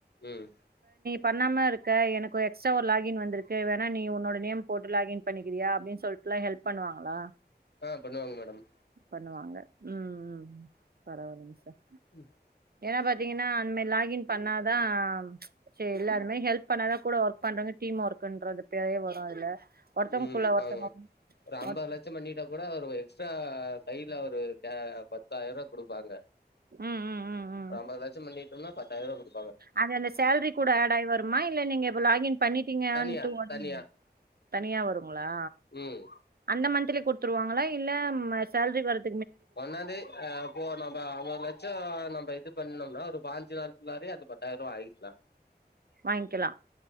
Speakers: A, on the left; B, on the right.
A: உம்
B: பண்ணாம இருக்க எனக்கு ஒரு எக்ஸ்ட்ரா ஒரு லாகின் வந்திருக்கு வேண்ணா நீ உன்னோட நேம் போட்டு லாகின் பண்ணிக்கிறியா அப்டின் சொல்ட்டுலா ஹெல்ப் பண்ணுவாங்களா
A: ஆ பண்ணுவாங்க மேடம்
B: பண்ணுவாங்க உம் உம் பரவாயில்லைங்க சார்
A: உம்
B: ஏன்னா பாத்தீங்கன்னா அந்த மாதிரி லாகின் பண்ணாதா சரி எல்லாருமே ஹெல்ப் பண்ணாதா கூட ஒர்க் பண்றாங்க டீம் ஒர்க்குன்ற அந்த பேரே வரு அதுல ஒருத்தவங்கக்குள்ள
A: உம்
B: ஒருத்தவங்க
A: ஆமா ஒரு அம்பது
B: ஒருத்த-
A: லட்சம் பண்ணிட்டா கூட ஒரு எக்ஸ்ட்ரா கையில ஒரு க்கா பத்தாயர்ரூபா குடுப்பாங்க
B: ம் ம் ம் ம்
A: ஒம்பதுலட்சம் பண்ணி தோம்னா பத்தாய் ரூவா குடு
B: அது அந்த சேலரி கூட ஆட் ஆயி வருமா இல்லை நீங்கப்ப லாகின் பண்ணிட்டீங்கட்டு
A: தனியா
B: ஓடணும்
A: தனியா
B: தனியா வரும் ங்லா
A: ம்
B: அந்த <unintelligible> குடுத்துருவாங்களா இல்ல ம சேல்ரி வரது
A: ஒன்னாந்தேதி இப்போ நம்ம அம்பது லட்சம் நம்ம இது பண்ணனோம்னா ஒரு பாஞ்சினால் நாள் குள்ளாரையே அது பத்தாயிரம ரூபா ஆகிக்கலாம்
B: வாங்கிக்கலாம்